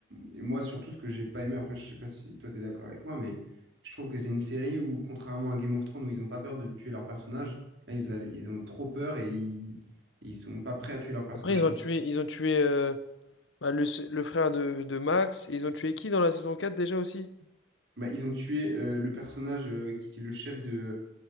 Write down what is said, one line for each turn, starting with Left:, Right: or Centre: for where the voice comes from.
Right: et moi, surtout, ce que j'ai pas aimé, après, je sais pas si toi, tu es d'accord avec moi, mais je trouve que c'est une série où, contrairement à Game of Thrones, où ils ont pas peur de tuer leur personnage, là, ils, a- ils ont trop peur et ils, ils sont pas prêts à tuer leur personnage
Left: Après, ils
Right: principal.
Left: ont tué, ils ont tué euh, bah, le, s- le frère de, de Max. et ils ont tué qui dans la saison 4 déjà aussi?
Right: Bah, ils ont tué euh, le personnage euh, qui est le chef de.